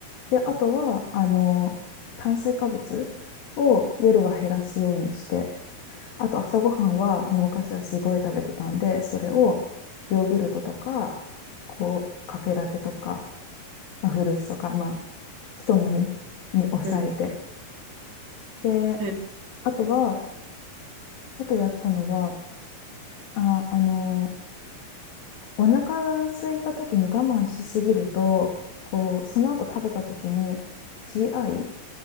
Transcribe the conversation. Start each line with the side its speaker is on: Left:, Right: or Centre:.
Left: で、あとは、あの、炭水化物を夜は減らすようにして、あと朝ごはんは、もう昔はすごい食べてたんで、それをヨーグルトとか、こう、カフェラテとか、まあ、フルーツとか、まあ、人並みに抑えて。
Right: うん。
Left: で、
Right: はいうん
Left: あとは、あとやったのは、あ、あの、お腹空いた時に我慢しすぎると、こう、その後食べた時に GI、